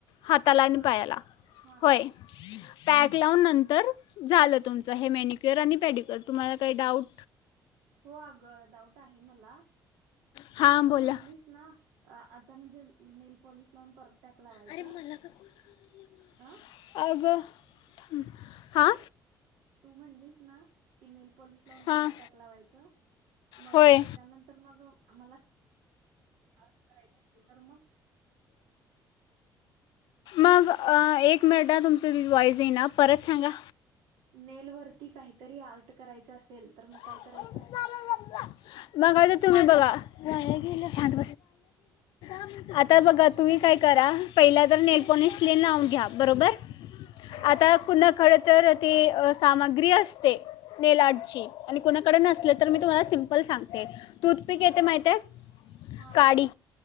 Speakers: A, on the left; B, on the right.
A: हाताला आणि
B: परत
A: पायाला
B: हा
A: होय. पॅक लावून नंतर झालं तुमचं हे मेनिक्युअर आणि पेडिक्युअर तुम्हाला काही डाऊट
B: हो अग डाऊट आहे मला
A: हां
B: तू
A: बोला
B: म्हणलीस ना अ आता म्हणजे नेल पॉलिश लावून परत पॅक लावायचं
A: अरे मला का कॉल करून
B: अ
A: राहिलाय मग अग थांब हा
B: तू म्हणलीस ना की नेल पॉलिश लावून
A: हां
B: परत पॅक लावायचं मग
A: होय
B: त्याच्यानंतर मग आम्हाला <inaudible> करायच अस तर मग <unintelligible>
A: मग एक मिनिट हं तुमच वॉईस येई ना परत सांगा.
B: नेल वरती काहीतरी आर्ट करायचं असेल तर मग काय
A: <unintelligible>
B: करायचं
A: बघाय तर तुम्ही बघा वाया गेलं शांत बसआता
B: हॅलो
A: बघा तुम्ही काय करा पहिला तर नेलपॉलिश लावून घ्या बरोबर
B: हा
A: आता कु खरं तर ते सामग्री असते नेलआर्ट
B: हा
A: ची आणि नसल तर मी तुम्हाला सिंपल सांगते. तूथपिक
B: हा
A: येते माहिती ये
B: हा
A: काडी